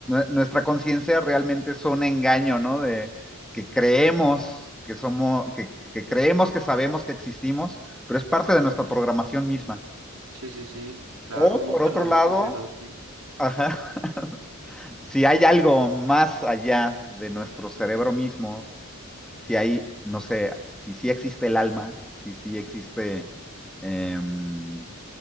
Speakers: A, in the centre; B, on the right.
A: nuestra conciencia realmente es un engaño, ¿no? De que creemos que somos, que, que creemos que sabemos que existimos, pero es parte de nuestra programación misma.
B: Sí, sí, sí. Claro,
A: O
B: nunca
A: por otro
B: lo había
A: lado,
B: considerado así.
A: ajá, <laughs> si hay algo más allá de nuestro cerebro mismo, si hay, no sé, si sí existe el alma, si sí existe eh, un,